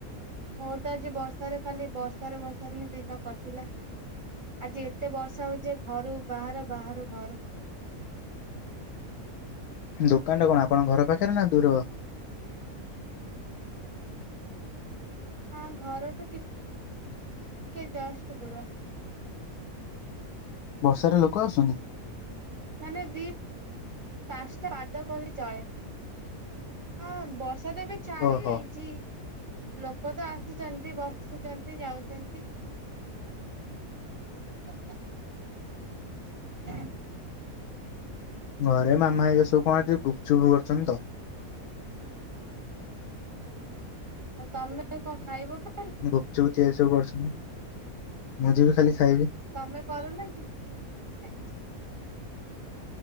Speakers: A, on the right; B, on the left.
A: ମୋର ତ ଆଜି ବର୍ଷାରେ ଖାଲି ବର୍ଷାରେ ବର୍ଷାରେ ହିଁ ଦିନ କଟିଲା। ଆଜି ଏତେ ବର୍ଷା ହଉଚି ଯେ ଘରୁ ବାହାର ବାହାରୁ ଘର। <inaudible>
B: ଦୋକାନଟା କଣ ଆପଣଙ୍କ ଘର ପାଖରେ ନା ଦୂର?
A: ହଁ ଘରଠୁ ଟି କେ ଯଷ୍ଟ ଦୁର।
B: ବର୍ଷାରେ ଲୋକ ଆସୁଛନ୍ତି?
A: ମାନେ ଦୀ ପାସ୍ତା ବାଦ କହିଲେ ଚଳେ। ହଁ ବର୍ଷା ତ ଏବେ ଛାଡି
B: ଓହୋ
A: ଯାଇଛି ଲୋକ ତ ଆ ଜଲ୍ଦି ବସୁଛନ୍ତି ଯାଉଛନ୍ତି। <unintelligible>
B: ଘରେ ମାମା ଏଇରା ସବୁ କଣ ଆଜି ଗୁପଚୁପ କରୁଛନ୍ତି ତ।
A: ଆଉ ତମେ କଣ ଖାଇବ କି?
B: ଗୁପଚୁପ ତିଆରି ସବୁ କରଛନ୍ତି ମୁଁ ଯିବି ଖାଲି ଖାଇବି
A: ତମେ କରୁନ କିି ଆଚ୍ଛା।